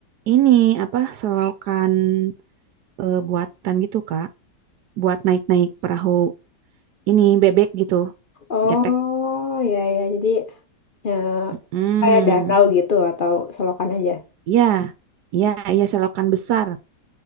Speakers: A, on the right; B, on the left.
A: ini apa selokan eh, buatan gitu Kak, buat naik-naik perahu ini bebek gitu,
B: Oh
A: getek.
B: ya ya, jadi ya,
A: mm
B: kayak danau gitu atau selokan aja.
A: ya ya ya selokan besar